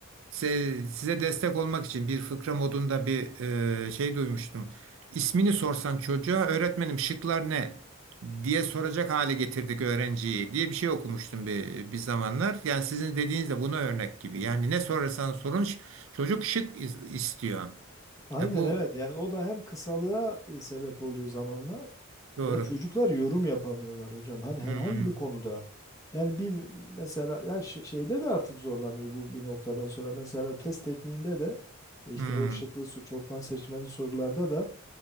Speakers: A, on the right; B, on the left.
A: Se- Size destek olmak için bir fıkra modunda bir e, şey duymuştum. İsmini sorsan çocuğa öğretmenim şıklar ne diye soracak hale getirdik öğrenciyi diye bir şey okumuştum bir, bir zamanlar. Yani sizin dediğiniz de buna örnek gibi. Yani ne sorarsan sorun ş- çocuk şık is- istiyor.
B: Aynen
A: Ya bu
B: evet yani o da hem kısalığa e, sebep oluyor zamanla
A: doğru.
B: ve çocuklar yorum yapamıyorlar hocam. Hani herhangi
A: Hmm,
B: bir konuda yani bir mesela ya ş- şeyde de artık zorlanıyor bu bir noktadan sonra. Mesela test tekniğinde de e, işte
A: hmm,
B: o şıklı su çoktan seçmeli sorularda da